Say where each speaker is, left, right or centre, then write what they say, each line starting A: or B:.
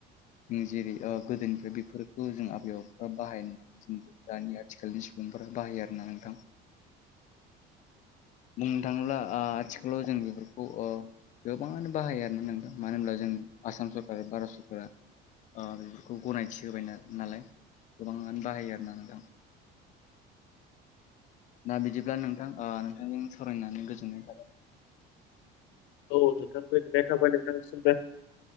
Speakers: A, on the left; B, on the left.
A: जों जेरै ओ गोदोनिफ्राय बेफोरखौ जों आबै आबौफा बाहायन <unintelligible> दानि आथिखालनि सुबुंफोरा बाहायो आरोना नोंथां बुंनो थाङोला आ आथिखालाव जों बेफोरखौ ओ गोबाङानो बाहायो आरोना नांदों मानो होनब्ला जों आसाम सरकारा बारास फोरा ओ बेफोरखौ गनायथि होबाय नालाय गोबाङानो बाहायो आरो ना नोंथां ना बिदिब्ला नोंथां ओ नोंथांजों सावरायनानै गोजोननाय <unintelligible>
B: औ नोंथां गोजोननाय थाबाय नोंथांनिसिमबो